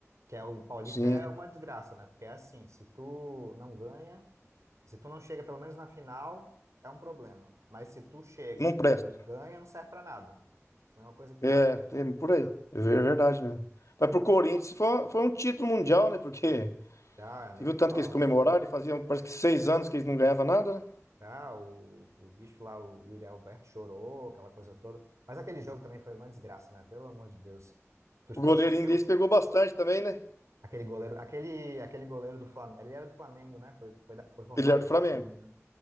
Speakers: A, on the right; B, on the left.
A: que é, o Paulista
B: Sim.
A: é uma desgraça, né? Porque é assim, se tu não ganha. Se tu não chega pelo menos na final, é um problema. Mas se tu chega
B: Não presta.
A: e ganha, não serve pra nada. Não é uma coisa que
B: É,
A: nada. né?
B: tem por aí. É ver- verdade mesmo. Mas pro Corinthians foi, foi um título mundial, né? Porque
A: Ah, nem
B: Você viu
A: me
B: tanto
A: fala,
B: que eles comemoraram
A: cara.
B: e faziam, parece que seis anos que eles não ganhavam nada, né?
A: Ah, o, o bicho lá, o Yuri Alberto chorou, aquela coisa toda. Mas aquele jogo também foi uma desgraça, né? Pelo amor de Deus. Tu,
B: O
A: tu
B: goleirinho
A: assistiu
B: deles pegou bastante também, né?
A: aquele goleiro, aquele, aquele goleiro do Flamengo. Ele era do Flamengo, né? Foi, foi, da- foi formado
B: Ele era do
A: do
B: Flamengo.
A: Flamengo, né?